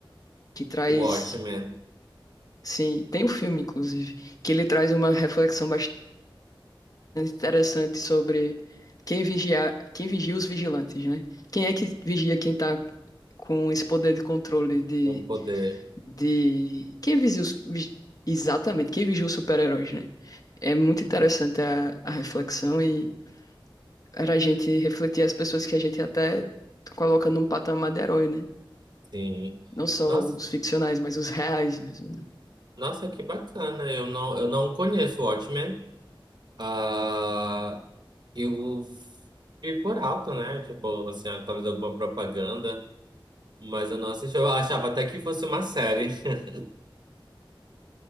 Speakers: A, on the left; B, on the right.
A: que traz.
B: O Watchmen,
A: Sim, tem um filme, inclusive, que ele traz uma reflexão interessante sobre quem vigia, quem vigia os vigilantes, né? Quem é que vigia quem tá com esse poder de controle de,
B: o poder,
A: de... Quem vigia os... vi- Exatamente, quem vigia os super-heróis, né? É muito interessante a, a reflexão e era a gente refletir as pessoas que a gente até coloca num patamar de herói, né?
B: sim.
A: Não só
B: Nossa,
A: os ficcionais, mas os reais mesmo, né?
B: nossa, que bacana. Eu não, eu não conheço o Watchmen. Ah, eu vi por alto, né? Tipo, assim, talvez alguma propaganda, mas eu não assisti. Eu achava até que fosse uma série. <laughs>